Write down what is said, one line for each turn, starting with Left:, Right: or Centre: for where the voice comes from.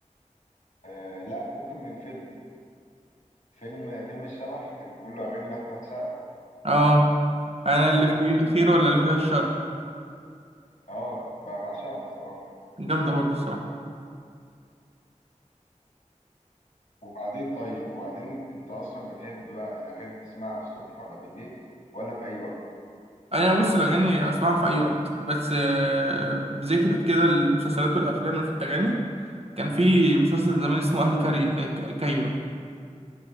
Left: آه لا ممكن من فيلم فيلم فيلم الشبح كان كله أغاني لأحمد سعد
Right: أه انا
Left: <coughs>
Right: اللي
Left: <clears throat>
Right: فيه
Left: أنا اللي
Right: الخير
Left: كان
Right: ولا
Left: خير
Right: اللي فيها الشر
Left: اه ب- بعشقها الصراحة
Right: جامده برضه الصراحه
Left: وبعدين طيب وبعدين أنت أصلا بتحب بقى الأغاني تسمعها الصبح ولا بالليل ولا في أي وقت؟
Right: انا بص الاغاني اسمعها في اي وقت بس آه، بذكرت كده المسلسلات والافلام في الاغاني كان في مسلسل زمان اسمه اهلي كاري... آه، ك- كايرو